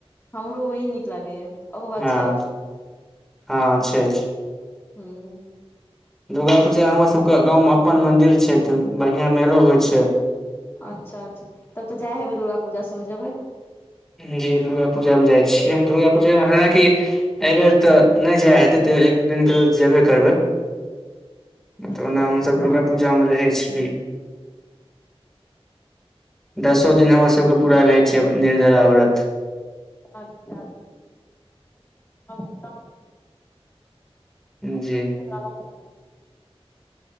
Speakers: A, on the left; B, in the centre.
A: हमरो वही नीक लागैए, ओकर बाद
B: हँ
A: छैठ।
B: हँ छैठ।
A: हुं।
B: दुर्गा पूजा हमर सभके गाँवमे अपन मन्दिर छै तऽ बढ़िआँ मेलो होइ छै।
A: अच्छा अच्छा, तब तऽ जाय हेबै दुर्गा पूजा सबमे जेबै।
B: जी दुर्गा पूजामे जाइ छियै दुर्गा पूजामे हालांकि एहिबेर तऽ नहि जाय हेतै तैयो एक दू दिनके लेल जेबे करबै।
A: अच्छा
B: तऽ ओना
A: अच्छा
B: हमसभ दुर्गा पूजामे रहै छियै। दसो दिन हमरा सब के पूरा रहै छै ओनाइये र आावरत <unintelligible>
A: अच्छा <unintelligible>
B: जी।
A: क <unintelligible>